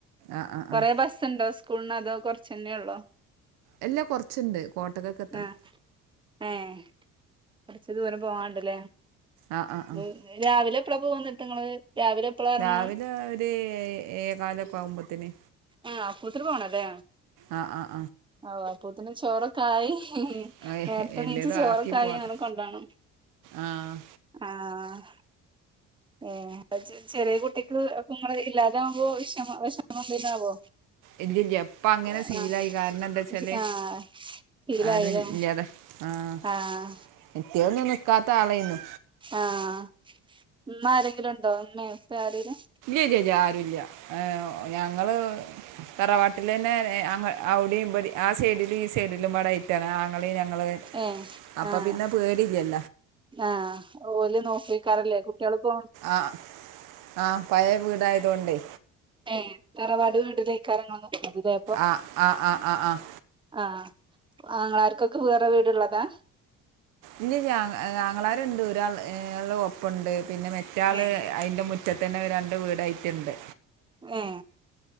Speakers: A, on the right; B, on the right.
A: ആഹ് ആഹ്
B: കൊറേ
A: ആഹ്
B: ബസ്സ്ണ്ടോ സ്കൂളിന് അതോ കൊറച്ചെന്നെ ഒള്ളോ
A: ഇല്ല കൊറച്ചുണ്ട് കോട്ട് ഒക്കെ കിട്ടണം
B: ആഹ് ഏഹ് കൊറച്ച് ദൂരം പോവാണ്ട് ല്ലെ
A: ആഹ് ആഹ് ആഹ്
B: ഉം രാവിലെ പ്രഭു വന്നിട്ട് നിങ്ങള് രാവിലെ എപ്പളാ എറങ്ങണം
A: രാവിലെ ഒര് ഏഴേ ഏഴേകാലൊക്കെ ആവുമ്പത്തി ന്
B: ഏഹ് അപ്പോത്തിന് പോണം ല്ലെ
A: ആഹ് ആഹ്
B: ഓ അപ്പോത്തിന് ചോറെ ക്കായി ഹി ഹി ഹി
A: ആഹ് ഏഹ്
B: നേരത്തെ
A: എല്ലേതും
B: നീച്ച ചോറൊക്കായ്
A: ആക്കി പോണം
B: അങ്ങന കൊണ്ടോണം
A: ആഹ്
B: ആഹ ഏ ചെറിയ കുട്ടിക്ക് അപ്പൊ നിങ്ങള് ഇല്ലാതൊവകുമ്പോ വിഷമ വിഷമം എന്തേലും ആവോ
A: ഇല്ലില്ല ഇപ്പ അങ്ങനെ
B: ആഹ്
A: സീലായി കാരണ എന്താച്ചാല്
B: ആഹ് ശീലായില്ലേ
A: ആരുല്ല്യതെ ആഹ
B: ആഹ്
A: നിത്യോ ഒന്നും നിക്കാത്ത ആളായിരുന്നു
B: ആഹ ഉമ്മ ആരെങ്കിലും ഉണ്ടോ ഉമ്മ ഇപ്പ ആരെങ്കിലും
A: ഇല്ല്യ ഇല്ല്യ ആരുല്ല്യ ഹേ ഞങ്ങള് തറവാട് വീട്ടില് തന്നെ ഏഹ് അങ്ങ് അവിടെയും ഇവിടെയും ആഹ് സൈഡിലും ഈ സൈഡിലും വടയിട്ടതാ ആങ്ങളയും ഞങ്ങളും.
B: ഏ
A: അപ്പൊ
B: ആഹ്
A: പിന്നെ പേടിയില്ല.
B: ആഹ് ഓല് നോക്കിക്കാറല്ലേ കുട്ടികൾക്കും.
A: ആഹ് ആഹ് പഴയ വീടായതോണ്ടേ.
B: ഏ തറവാട് വീട്ടിത്തേക്ക് കാര്യങ്ങളൊന്നും എന്തേ.
A: ആഹ് ആഹ് ആഹ് ആഹ് ആഹ്.
B: ആഹ് ആങ്ങളമാർക്കൊക്കെ വേറെ വീടുയുള്ളതാ.
A: ഇനി ഞാൻ ആങ്ങളരുണ്ട് ഒരാള് ഏഹ് ഒപ്പുണ്ട് പിന്നെ മറ്റാള്
B: ഏ
A: അതിന്റെ മുറ്റ ഇപ്പൊ തന്നെ രണ്ട് വീടായിട്ടുണ്ട്,
B: ഏ